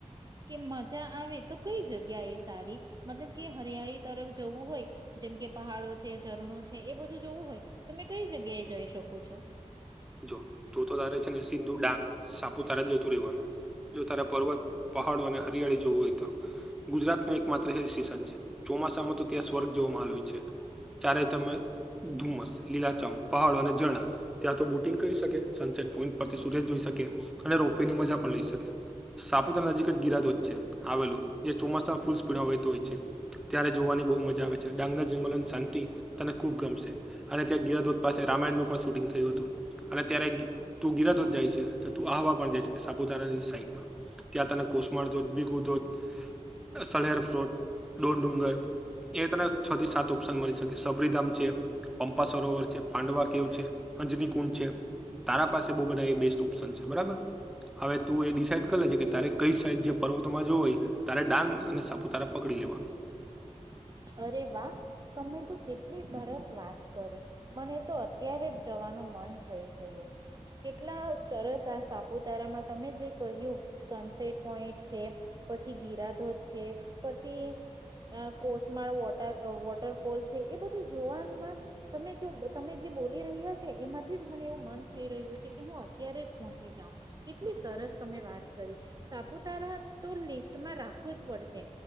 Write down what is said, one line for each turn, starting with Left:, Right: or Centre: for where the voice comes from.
Right: કે મજા આવે તો કઈ જગ્યા એ સારી મતલબ કે હરિયાળી તરફ જવું હોય. જેમ કે પહાડો છે ઝરણો છે એ બધું જોવું હોય તમે કઈ જગ્યાએ જઈ શકો છો.
Centre: જો તું તો તારે છે ને સીધું ડાંગ સાપુ તારા જતું રહેવાનું. જો તારે પર્વત પહાડો અને હરિયાળી જોવું હોય તો ગુજરાત ન એક માત્ર હે સ્ટેશન છે. ચોમાસામાં તો ત્યાં સ્વર્ગ જોવામાંલ હોય છે. ચારે તમે ધુમ્મસ લીલાચમ પહાડો અને જણા ત્યાં તો બ કરીકે સનસેટ પોઈન્ટ પરથી સુર જોઈ શકે અને રોપવે ની મજા પણ લઈ શકે સાપુતાર નજીક ગિરાદો છે આવેલો જે ચોમાસા ફૂલ સ્પીડ હોય. હોય ત્યારે જોવાની બહુ મજા આવે છે ડાંગના જંગલોની શાંતિ તને ખુબ ગમશે અને ત્યાં ગીયાધોધ પાસે રામાયણનું પણ શૂટિંગ થય હતું. અને ત્યારે તું ગિરધોજ જાય છે તો તું આહવા પણ જાય છે સાપુતારાની સાઈડમાં ત્યાં તને કોસમાર ધોધ બીગુ ધોધ સર ફ્રોટ ડોર ડુંગર એ તને છ થી સાત ઓપ્શન મળી શકે સબરીધામ છે પં્પા સરોવર છે પાંડવા કેવ છે અંજની છે તારા પાસે બ બધા એ બેસ્ટ ઓપ્શન છે બરાબર. હવે તું એ ડિસાઇડ કરી લેજે કે તારે કઈ સાઈડ જે પર્વતમાં જોવું હોય તારે ડાંગ અને સાપુતારા પકડી લેવાનું. <unintelligible>
Right: અરે વાહ તમે તો કેટલી સરસ વાત કરી મને તો અત્યારે જ જવાનું મન થઈ ગયું કેટલા સરસ. સાપુતારામાં તમે જે કહ્યું સનસેટ પોઈન્ટ છે પછી ગિરાધોધ છે. પછી કોસમાળ વોટર વોટરફોલ છે એ બધું જોવામાં તમે જો તમે જે બોલી રહ્યા છે એમાંથી જ મને એવું મન થઈ રહ્યું છે કે હું અત્યારે જ પહોંચી જાઉ કેટલી સરસ તમે વાત કરી સાપુતારા તો લિસ્ટમાં રાખવું જ પડશે